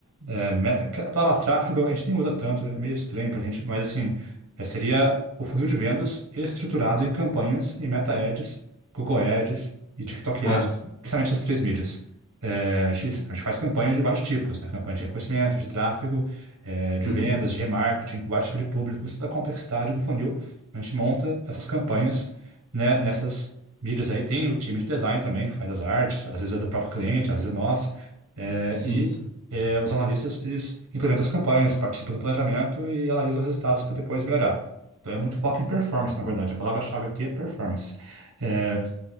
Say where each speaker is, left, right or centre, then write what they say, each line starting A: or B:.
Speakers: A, on the right; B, on the left.
A: é, me- que a palavra tráfego a gente nem usa tanto, é meio estranho para a gente, mas assim, é, seria o funil de vendas estruturado em campanhas e Meta Ads, Google Ads e TikTok
B: Ah,
A: Ads,
B: sim.
A: principalmente as três mídias. É, a gente, a gente faz campanhas de vários tipos, né? Campanha de reconhecimento, de tráfego, é, de
B: Uhum.
A: vendas, de remarketing, com vários tipos de públicos, toda a complexidade do funil. A gente monta essas campanhas, né, nessas mídias aí. Tem o time de design também, que faz as artes, às vezes é do próprio cliente, às vezes é nosso. É,
B: Sim,
A: e
B: sim.
A: é, os analistas, eles implementam as campanhas, participam do planejamento e analisam os resultados para depois melhorar. Então, é muito foco em performance, na verdade. A palavra-chave aqui é performance. É,